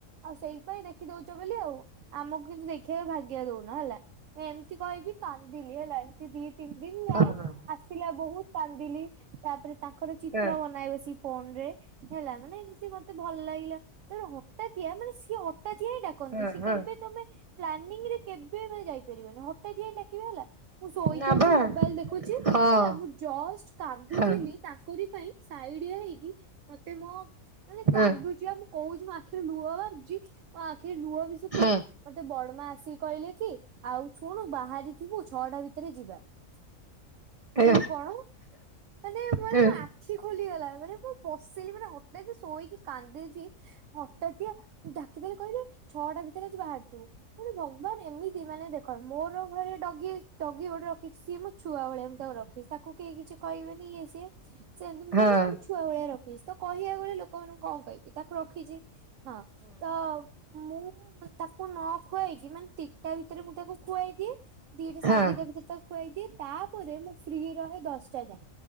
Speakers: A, on the right (about 65°); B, on the right (about 40°).
A: ଆଉ ସେଇ ପାଇଁ ଦେଖି ଦଉଛ ବୋଲି ଆଉ ଆମକୁ କିନ୍ତୁ ଦେଖିବାକୁ ଭାଗ୍ୟ ଦଉନ ହେଲା। ମୁଁ ଏମିତି କହିବି କାନ୍ଦିଲି ହେଲା ଏମିତି ଦି ତିନି ଦିନ ଯାଏ
B: ହଁ ହଁ
A: ଆସିଲା ବହୁତ କାନ୍ଦିଲି ତାପରେ ତାଙ୍କର ଚିତ୍ର
B: ହଁ
A: ବନାଏ ବସି। ଫୋନ ରେ ହେଲା ମାନେ ଏମିତି ମତେ ଭଲ ଲାଗିଲା। ତା ହଟାତିଆ ମାନେ ସିଏ ହଟାତିଆଁ। କନଜସି
B: ହଁ ହଁ
A: କେବେ ତମେ ପ୍ଲାନିଂରେ କେବେ ମା ଯାଇପାରିବନି ହଟାତିଆ ଡାକିବେ ହେଲା। ମୁଁ ଶୋଇକି
B: ନା
A: ବସି
B: ବା
A: ମୋବାଇଲ ଦେଖୁଛି
B: ହଁ
A: ହେଲା ମୁଁ ଜଷ୍ଟ କାନ୍ଦୁଥିଲି
B: ହଁ
A: ତାଙ୍କରି ପାଇଁ ସାଇଡିଆ ହେଇକି ମତେ ମୋ ମାନେ
B: ହଁ
A: କାନ୍ଦୁଛି ଆଉ। କହୁଛି ମୋ ଆଖିରୁ ଲୁହ ବାହରୁଛି ମୋ ଆଖିରେ ଲୁହ ବି ଶୁଖିନି।
B: ହଁ
A: ମତେ ବଡମା ଆସିକି କହିଲେ କି ଆଉ ଶୁଣୁ ବାହାରି ଥିବୁ ଛଅଟା ଭିତରେ ଯିବା। ମୁଁ
B: ଏ
A: କହିଲି କଣ? ମାନେ ମାନେ
B: ହଁ
A: ମୋ ଆଖି ଖୋଲିଗଲା ମାନେ ମୁଁ ବସିଲି ମାନେ ହଠାତ୍ ଶୋଇକି କାନ୍ଦୁଛି। ହଟାତିଆ କେତେଲେ କହିଲେ ଛଅଟା ଭିତରେ ଆଜି ବାହାରିଥିଲୁ। ପୁଣି ଭଗବାନ ଏମିତି ମାନେ ଦେଖ ମୋର ଘରେ ଡଗି ଡଗି ଗୋଟେ ରଖିଛି ସିଏ ମୁଁ ଛୁଆ ଭଳିଆ ମୁ ତାକୁ ରଖି ତାକୁ କେହି କିଛି କହିବେନି ଇଏ ସିଏ ସେ ସେନ୍ତି
B: ହଁ
A: ମୁଁ ଛୁ ଛୁଆ ଭଳିଆ ରଖିଛି ତ କହିବା ବଳେ ଲୋକମାନଙ୍କୁ କଣ କହିବି ତାକୁ ରଖିଛି ହଁ। ତ ମୁଁ ତାକୁ ନ ଖୁଆଇକି ମାନେ ତିନିଟା ଭିତରେ ମୁଁ ତାକୁ ଖୁଆଇଦିଏ। ଦିଟା ସାଢ଼େ
B: ହଁ
A: ଦିଟା ଭିତରେ ତାକୁ ଖୁଆଇ ଦିଏ ତାପରେ ମୁଁ ଫ୍ରି ରହେ ଦଶ ଟା ଯାଏ